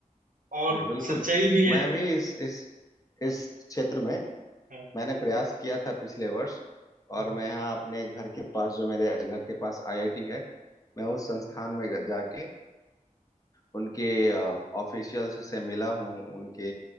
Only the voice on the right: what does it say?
और
सच्चाई भी है
हम्म,
हम्म।